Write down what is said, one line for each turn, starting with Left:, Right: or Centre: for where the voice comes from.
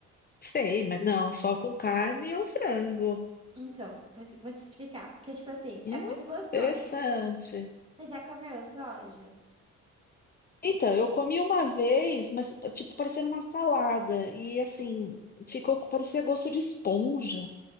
Left: Sei, mas não, só com carne ou frango.
Right: Então, vou, vou te explicar. Que, tipo assim,
Left: Hum,
Right: é muito gostoso.
Left: interessante.
Right: Você já comeu soja?
Left: Então, eu comi uma vez, mas tipo, parecendo uma salada. E assim, ficou, parecia gosto de esponja.